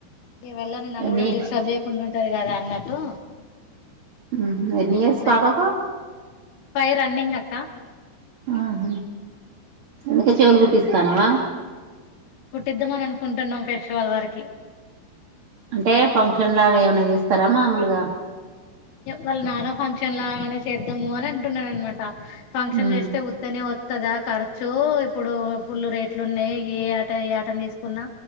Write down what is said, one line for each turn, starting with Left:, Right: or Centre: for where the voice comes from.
Left: ఇ వెళ్ళని నన్ను
Right: ఎన్ని
Left: కూడా డిస్టర్బ్ చేయకుండా ఉంటారు కదా అన్న లో
Right: ఉహు ఎన్ని
Left: అ
Right: ఇయర్స్
Left: స్
Right: పాపకు
Left: పై రన్నింగ్ అక్క
Right: ఆహ అందుకే చెవులు కుట్టిస్తారా.
Left: కుట్టిద్దామని అనుకుంటున్నాం. పషవాల్ వారికి
Right: అంటే ఫంక్షన్ లాగా ఏమనా చేస్తారా మామూలుగా
Left: వాళ్ళు నాన ఫంక్షన్ లానే చేద్దాము అని అంటున్నాను అనమాట. ఫంక్షన్
Right: ఉమ్
Left: చేస్తే వస్తనే వచ్చ కదా ఖర్చు ఇప్పుడు పుల్లు రేట్లు ఉన్నాయి. ఏ ఆట ఏ ఆటను తీసుకున్నా